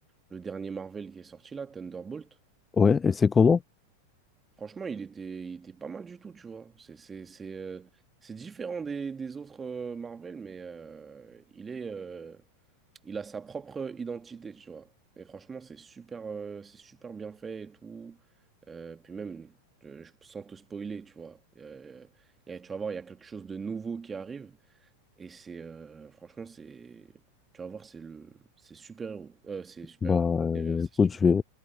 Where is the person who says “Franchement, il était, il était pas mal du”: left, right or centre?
Right